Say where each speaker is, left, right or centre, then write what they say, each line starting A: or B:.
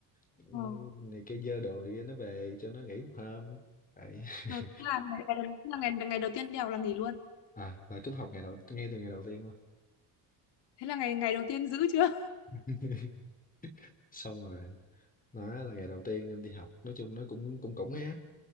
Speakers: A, on the left (about 20°); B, on the left (about 70°).
A: Ừm,
B: Vâng.
A: này kia dơ đồ này kia nó về cho nó nghỉ một hôm vậy <laughs>
B: rồi tức là ngày, ngày, đầu- tức là ngày ngày đầu tiên đi học là nghỉ luôn
A: à là cúp học ngày đầu ngay từ ngày đầu tiên luôn
B: thế là ngày ngày đầu tiên giữ chưa
A: <laughs> xong rồi nó là ngày đầu tiên em đi học nói chung nó cũng cũng cũng ha